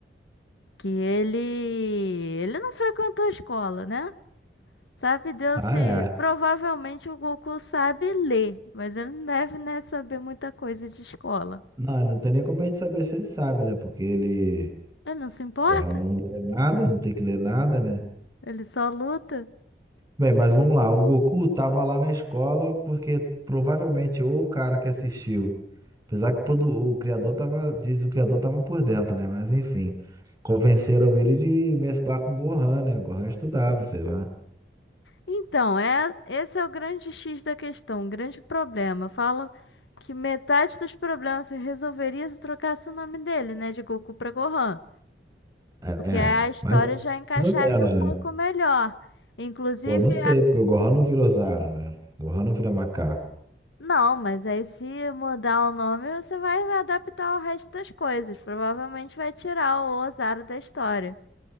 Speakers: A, on the left; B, on the right.
A: que ele. Ele não frequentou a escola, né? Sabe Deus
B: Ah,
A: se
B: é.
A: provavelmente o Goku sabe ler, mas ele não deve, né, saber muita coisa de escola.
B: Não, não tem nem como a gente saber se ele sabe, né? Porque ele,
A: Ele não se importa,
B: porra, não lê nada, não tem que ler nada, né?
A: ele só luta.
B: Bem, mas vamos lá. O Goku tava lá na escola porque provavelmente ou o cara que assistiu, apesar que todo- o criador tava, diz o criador tava por dentro, né? Mas enfim, convenceram ele de mesclar com o Gohan, né? O Gohan estudava, sei lá.
A: Então, é, esse é o grande X da questão, o grande problema. Falam que metade dos problemas se resolveria se trocasse o nome dele, né, de Goku para Gohan,
B: É,
A: porque
B: é,
A: a história
B: mais
A: já encaixaria
B: ou menos,
A: um
B: né?
A: pouco melhor. Inclusive,
B: Pô, não sei, porque o Gohan não vira Ozaru, né? O Gohan não vira macaco.
A: Não, mas aí se mudar o nome, você vai adaptar o resto das coisas. Provavelmente vai tirar o Ozaru da história.